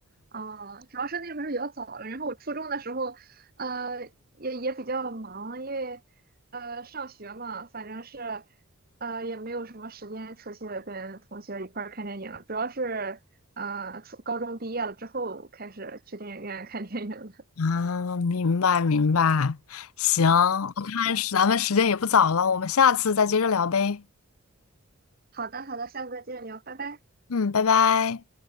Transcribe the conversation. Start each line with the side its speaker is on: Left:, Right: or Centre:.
Right: 啊、主要是那会儿比较早了，然后我初中的时候，呃，也也比较忙，因为呃上学嘛，反正是呃也没有什么时间出去跟同学一块儿看电影了主要是呃初高中毕业了之后开始去电影院看电影的。
Left: 啊，明白明白，行，我看是咱们时间也不早了，我们下次再接着聊呗。
Right: <laughs> 好的，好的，下次再接着聊，拜拜。
Left: 嗯，拜拜。